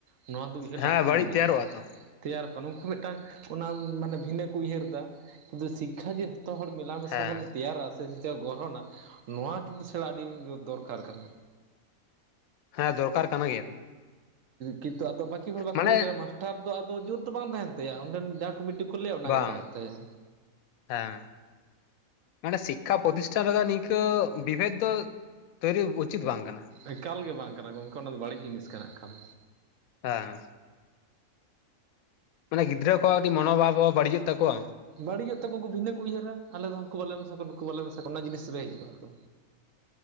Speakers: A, on the right; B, on the left.
A: ᱱᱚᱣᱟ ᱫᱚ ᱩᱭᱦᱟᱹᱨ
B: ᱦᱮᱸ
A: ᱞᱟᱹᱠᱛᱤ
B: ᱵᱟᱹᱲᱤᱡ
A: ᱢᱮᱱᱟᱜᱼᱟ,
B: ᱛᱮᱭᱟᱨᱚᱜᱼᱟ ᱛᱚ
A: ᱛᱮᱭᱟᱨᱚᱜ ᱠᱟᱱᱟ ᱩᱱᱠᱩ ᱢᱤᱫᱴᱟᱝ ᱚᱱᱟ ᱢᱟᱱᱮ ᱵᱷᱤᱱᱟᱹ ᱠᱚ ᱩᱭᱦᱟᱹᱨ ᱫᱟ, ᱠᱤᱱᱛᱩ ᱥᱤᱠᱠᱷᱟ ᱡᱮ ᱡᱷᱚᱛᱚ ᱦᱚᱲ ᱢᱮᱞᱟ ᱢᱮᱥᱟ
B: ᱦᱮᱸ
A: ᱵᱚᱱ ᱛᱮᱭᱟᱨᱟ᱾ ᱥᱮᱪ ᱜᱚᱲᱦᱚᱱᱟ ᱱᱚᱣᱟ ᱠᱤᱱᱛᱩ ᱥᱮᱬᱟ ᱟᱹᱰᱤᱳᱨ ᱫᱚᱨᱠᱟᱨ ᱠᱟᱱᱟ᱾
B: ᱦᱮᱸ ᱫᱚᱨᱠᱟᱨ ᱠᱟᱱᱟ ᱜᱮᱭᱟ᱾
A: ᱠᱤᱱᱛᱩ ᱟᱫᱚ ᱵᱟᱹᱠᱤ ᱦᱚᱲ ᱵᱟᱠᱚ
B: ᱢᱟᱱᱮ
A: ᱵᱩᱡ ᱫᱟᱲᱮᱭᱟᱜᱼᱟ, ᱢᱟᱥᱴᱟᱨ ᱫᱚ ᱟᱫᱚ ᱡᱩᱛ ᱫᱚ ᱵᱟᱝ ᱛᱟᱦᱮᱱ ᱛᱟᱭᱟ ᱚᱸᱰᱮᱱ ᱡᱟ ᱠᱩᱢᱤᱴᱤ ᱠᱚ ᱞᱟᱹᱭᱟ ᱚᱱᱟᱜᱮ
B: ᱵᱟᱝ
A: ᱪᱟᱞᱟᱜ ᱛᱟᱭᱟ᱾
B: ᱦᱮᱸ ᱢᱮ ᱥᱤᱠᱠᱷᱟ ᱯᱨᱚᱛᱤᱥᱴᱷᱟᱱ ᱨᱮᱫᱚ ᱱᱤᱝᱠᱟᱹ ᱵᱤᱵᱷᱮᱫ ᱫᱚ ᱛᱳᱭᱨᱤ ᱩᱪᱤᱛ ᱵᱟᱝ ᱠᱟᱱᱟ᱾
A: ᱮᱠᱟᱞ ᱜᱮ ᱵᱟᱝ ᱠᱟᱱᱟ ᱜᱚᱢᱠᱮ ᱚᱱᱟᱫᱚ ᱵᱟᱹᱲᱤᱡ ᱡᱤᱱᱤᱥ ᱠᱟᱱᱟ ᱮᱠᱟᱞ᱾
B: ᱦᱮᱸ᱾ ᱢᱟᱱᱮ ᱜᱤᱫᱽᱨᱟᱹ ᱠᱚᱣᱟᱜ ᱟᱹᱰᱤ ᱢᱚᱱᱚᱵᱷᱟᱵ ᱦᱚᱸ ᱵᱟᱹᱲᱤᱡᱚᱜ ᱛᱟᱠᱚᱣᱟ᱾
A: ᱵᱟᱹᱲᱤᱡᱚᱜ ᱛᱟᱠᱚᱣᱟᱠᱩ ᱵᱷᱤᱱᱟᱹ ᱠᱚ ᱩᱭᱦᱟᱹᱨᱟ, ᱟᱞᱮ ᱫᱚ ᱦᱚᱸᱠᱩ ᱵᱟᱞᱮ ᱢᱮᱥᱟ ᱠᱚᱣᱟ ᱱᱩᱠᱩ ᱵᱟᱞᱮ ᱢᱮᱥᱟ ᱠᱚ ᱚᱱᱟ ᱡᱤᱱᱤᱥ ᱨᱮ ᱦᱤᱡᱩᱜᱼᱟ ᱛᱚ᱾